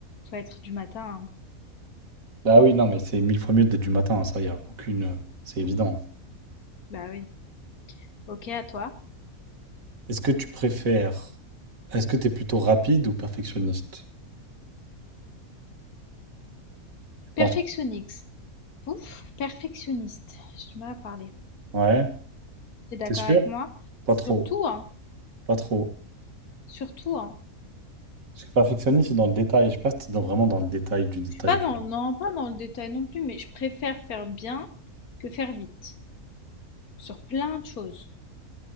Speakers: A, on the left; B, on the right.
A: faut être du matin, hein.
B: Bah oui, non, mais c'est mille fois mieux d'être du matin, hein, ça, y a aucune. euh, C'est évident.
A: Bah oui. OK, à toi?
B: Est-ce que tu préfères. Est-ce que t'es plutôt rapide ou perfectionniste? Je
A: Perfectionnix
B: pense.
A: ouf, perfectionniste, j'ai du mal à parler.
B: Ouais.
A: T'es d'accord
B: T'es sûr?
A: avec moi?
B: Pas
A: Surtout,
B: trop.
A: hein,
B: Pas trop.
A: surtout, hein.
B: Parce que perfectionniste, c'est dans le détail. Je sais pas si c'est dans- vraiment dans le détail du détail.
A: Je suis pas
B: tu
A: dans,
B: vois.
A: non, pas dans le détail non plus, mais je préfère faire bien que faire vite, sur plein de choses,